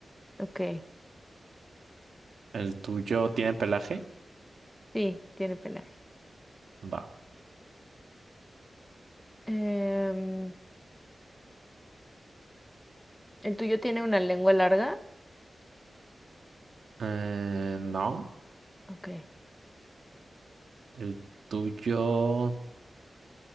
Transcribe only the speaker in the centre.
Ok,
sí, tiene pelaje.
Em, ¿el tuyo tiene una lengua larga?
Ok.